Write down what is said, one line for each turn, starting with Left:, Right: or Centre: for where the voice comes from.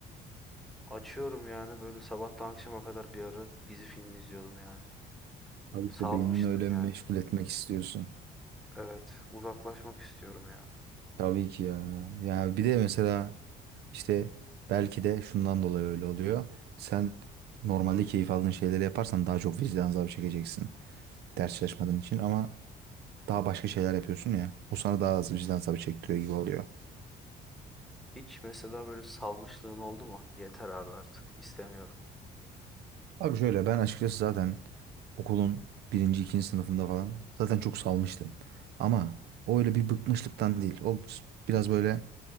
Centre: Açıyorum yani böyle sabahtan akşama kadar bir ara dizi film izliyordum yani.
Right: Abi
Centre: Salmıştım
Right: işte beynini öyle
Centre: yani.
Right: meşgul etmek istiyorsun.
Centre: Evet, uzaklaşmak istiyorum ya.
Right: Tabii ki ya. Ya bir de mesela işte belki de şundan dolayı öyle oluyor. Sen normalde keyif aldığın şeyleri yaparsan daha çok vicdan azabı çekeceksin. Ders çalışmadığın için ama daha başka şeyler yapıyorsun ya. O sana daha az vicdan azabı çektiriyor gibi oluyor.
Centre: Hiç mesela böyle salmışlığın oldu mu? Yeter abi artık istemiyorum.
Right: Abi şöyle ben açıkçası zaten okulun birinci, ikinci sınıfında falan zaten çok salmıştım. Ama o öyle bir bıkmışlıktan değil. O biraz böyle